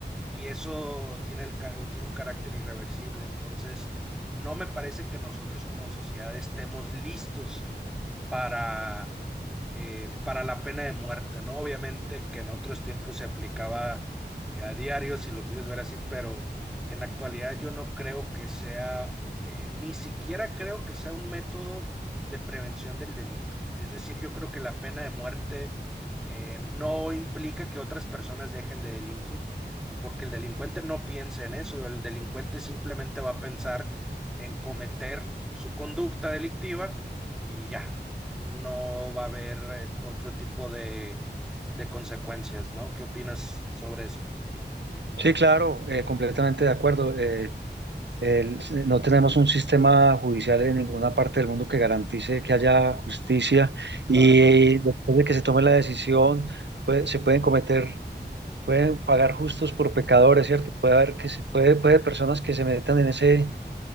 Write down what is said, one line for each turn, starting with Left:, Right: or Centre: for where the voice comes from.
Centre: y eso tiene, el, tiene un carácter irreversible. Entonces, no me parece que nosotros como sociedad estemos listos para eh, para la pena de muerte, ¿no? Obviamente que en otros tiempos se aplicaba eh, a diario, si lo quieres ver así, pero en la actualidad yo no creo que sea, eh, ni siquiera creo que sea un método de prevención del delito. Es decir, yo creo que la pena de muerte eh, no implica que otras personas dejen de delinquir, porque el delincuente no piensa en eso, el delincuente simplemente va a pensar en cometer su conducta delictiva y ya, no va a haber eh, otro tipo de, de consecuencias, ¿no? ¿Qué opinas sobre eso?
Right: Sí, claro, eh, completamente de acuerdo. eh, el- eh, no tenemos un sistema judicial en ninguna parte del mundo que garantice que haya justicia y
Centre: Claro,
Right: después de que se tome la decisión, pues, se pueden cometer, pueden pagar justos por pecadores, ¿cierto? Puede haber que se- puede, puede personas que se metan en ese